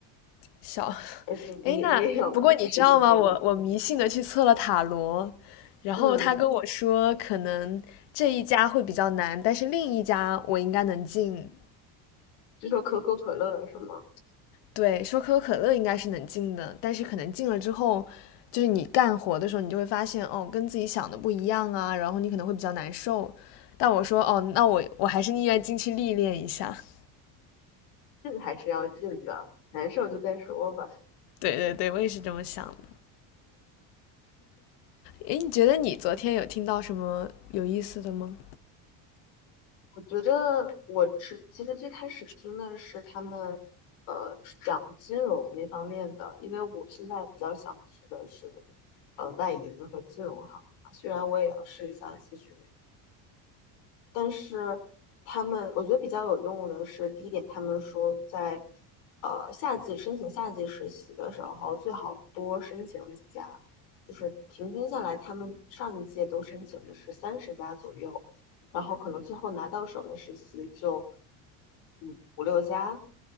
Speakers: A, on the left; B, on the left.
A: 小，
B: 而且你也你也有
A: <laughs> 诶，那不过你知道吗？
B: <laughs> 实习经历。
A: 我我迷信的去测了塔罗，然后他跟我说可能这一家会比较难，
B: 嗯，
A: 但是另一家我应该能进。
B: 就说可口可乐是吗？
A: 对，说可口可乐应该是能进的，但是可能进了之后，就是你干活的时候，你就会发现哦，跟自己想的不一样啊，然后你可能会比较难受。但我说哦，那我我还是宁愿进去历练一下。<laughs>
B: 进还是要进的，难受就再说吧。
A: 对对对，我也是这么想的。诶，你觉得你昨天有听到什么有意思的吗？
B: 我觉得我是其实最开始听的是他们呃是讲金融那方面的，因为我现在比较想去的是呃外银和金融行业。虽然我也要试一下咨询。但是他们，我觉得比较有用的是，第一点，他们说在呃夏季申请夏季实习的时候，最好多申请几家，就是平均下来，他们上一届都申请的是三十家左右，然后可能最后拿到手的实习就五五六家